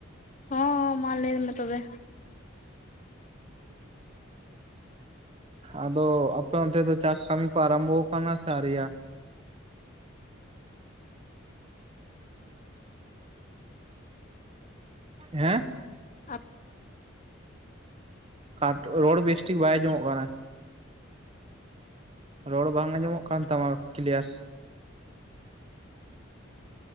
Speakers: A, on the left; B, on the right.
A: ᱦᱚᱸ ᱦᱚᱸ ᱢᱟ ᱞᱟᱹᱭ ᱢᱮ ᱛᱚᱵᱮ᱾
B: ᱟᱫᱚ ᱟᱯᱮ ᱚᱱᱛᱮ ᱫᱚ ᱪᱟᱥ ᱠᱟᱹᱢᱤ ᱠᱚ ᱟᱨᱟᱢᱵᱷᱚ ᱟᱠᱟᱱᱟ ᱥᱮ ᱟᱣᱨᱤᱭᱟ᱾ ᱦᱮᱸ
A: ᱟᱵ
B: ᱠᱟᱴ ᱨᱚᱲ ᱵᱮᱥᱴᱷᱤᱠ ᱵᱟᱭ ᱟᱡᱚᱢᱚᱜ ᱠᱟᱱᱟ᱾ ᱨᱚᱲ ᱵᱟᱝ ᱟᱸᱡᱚᱢᱚᱜ ᱠᱟᱱ ᱛᱟᱢᱟ ᱠᱞᱤᱭᱟᱨ᱾